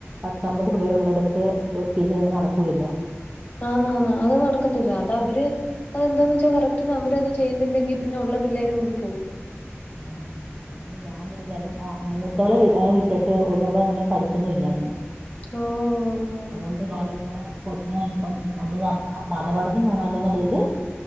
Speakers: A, on the right (about 25°); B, on the left (about 30°).
A: പത്തമ്പത് പിള്ളേർ ഉള്ളടത്ത് ഒരു ടീച്ചർ തന്നെ നടക്കൂലല്ലോ
B: ആന്നാന്ന് അത് നടക്കത്തില്ല അത് അവര് അതെന്താന്ന് വച്ചാ കറക്റ്റ്ന് അവർ അത് ചെയ്യുന്നില്ലെങ്കി പിന്നെ ഉള്ള പിള്ളേരും കൂടി പോവും
A: ആ അതുകൊണ്ട് ഞാൻ <unintelligible> മൂത്താളെ അങ്ങനെ വിട്ടിട്ട് അവ അങ്ങനെ പഠിക്കുന്നും ഇല്ലായിരുന്നു
B: ഓഹ്
A: അതോണ്ട് ഞാനാ കൊച്ചിനെ ഇപ്പം നമ്മള് മതപഠനം വേണല്ലോ എന്നുള്ളതില്